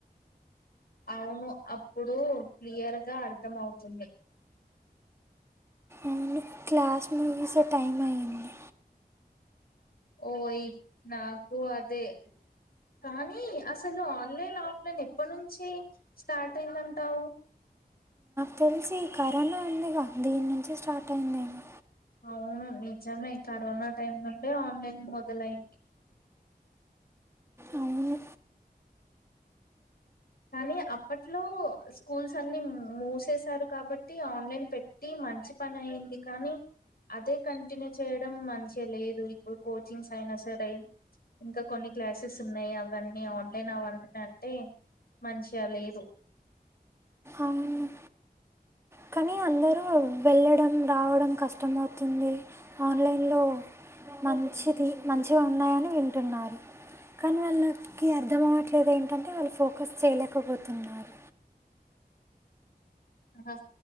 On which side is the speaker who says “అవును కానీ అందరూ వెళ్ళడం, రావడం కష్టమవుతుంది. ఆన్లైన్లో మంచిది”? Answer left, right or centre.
Right